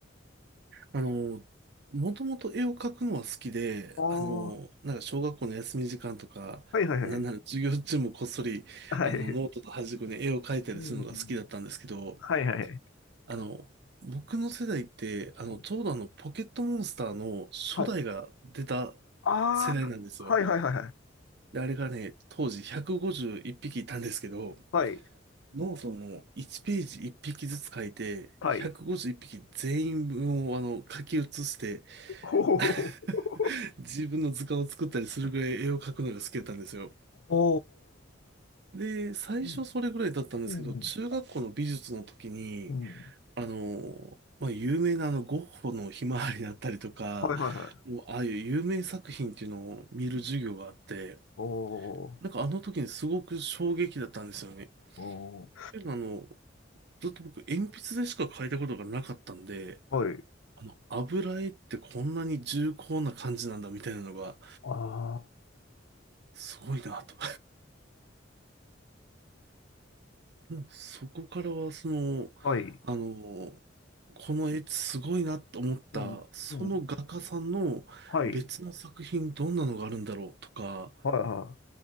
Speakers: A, on the right; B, on the left.
A: あの、もともと絵を描くのは好きで、
B: ああ、は
A: あの、なんか小学校の休み時間とか、
B: いはいはい。
A: なんなら授業中もこっそり、
B: はい。
A: あの、ノートと端っこに絵を描いたりするのが好きだったんですけど、
B: うん。はいはい。
A: あの、僕の世代って、あの、
B: うん
A: ちょうどあの、ポケットモンスターの初代が出た
B: はい。ああ、
A: 世代なんですよ。
B: はいはいはいはい。
A: で、あれがね、当時151匹いっぴきいたんですけど、
B: はい。
A: ノートの1ページ1匹ずつ書いて、
B: はい。
A: 151匹全員分をあの、書き写して、
B: ほうほうほう。
A: <laughs> 自分の図鑑を作ったりするぐらい絵を描くのが好きだったんですよ。
B: ほ
A: で、最初それぐらいだったんですけど、
B: う。うん。うん。
A: 中学校の美術の時に、
B: うん
A: あの、まあ、有名なあのゴッホのひまわりだったりとか、
B: はいはいは
A: もうああいう有名作品っていうのを見る授業があって、
B: い。おお。
A: なんかあの時にすごく衝撃だったんですよね。っ
B: お
A: ていうのはあの、ずっと僕鉛筆でしか描いたことがなかったんで、
B: はい。
A: あの、油絵ってこんなに重厚な感じなんだみたいなのが、
B: あ
A: すごいなと。もうそこからは、その、
B: あ、はい。
A: あの、この絵すごいなと思った、
B: うん、
A: その画家さんの別の作品どんなのがあるんだろうとか、
B: うん。はい。はい、は